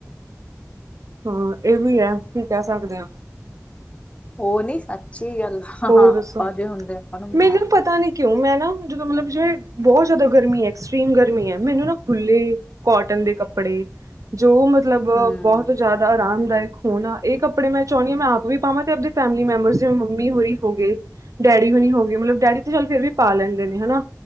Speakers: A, on the right; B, on the left.
A: ਹਾਂ ਇਹ ਵੀ ਹੈ, ਕੀ ਕਹਿ ਸਕਦੇ ਹਾ।
B: ਉਹ ਨੀ ਸੱਚੀ ਗੱਲ ਆ,
A: ਹੋਰ
B: ਹਾਂ
A: ਦੱਸੋ?
B: ਆਪਾਂ ਜੇ ਹੁੰਦੇ ਆਪਾਂ ਨੂੰ ਮਿਲ
A: ਮੈਨੂੰ ਪਤਾ ਨੀ ਕਿਉਂ ਮੈਂ ਨਾ, ਜਦੋਂ ਮਤਲਬ ਜਿ ਬਹੁਤ ਜ਼ਿਆਦਾ ਗਰਮੀ ਹੈ ਐਕਸਟਰੀਮ ਗਰਮੀ ਹੈ, ਮੈਨੂੰ ਨਾ ਖੁੱਲੇ ਕੋਟਨ ਦੇ ਕੱਪੜੇ, ਜੋ ਮਤਲਬ
B: ਹੂੰ
A: ਬਹੁਤ ਤੋਂ ਜ਼ਿਆਦਾ ਆਰਾਮਦਾਇਕ ਹੋਣਾ ਇਹ ਕੱਪੜੇ ਮੈਂ ਚਾਹੁੰਣੀ ਆਂ ਮੈਂ ਆਪ ਵੀ ਪਾਵਾਂ ਤੇ ਆਪਦੀ ਫੈਮਿਲੀ ਮੈਂਬਰਸ ਜਿਵੇ ਮੰਮੀ ਹੋਰੀ ਹੋ ਗਏ ਡੈਡੀ ਹੁਨੀ ਹੋ ਗਏ, ਮਤਲਬ ਡੈਡੀ ਤੇ ਚੱਲ ਫਿਰ ਵੀ ਪਾ ਲੈਂਦੇ ਨੇ ਹਨਾਂ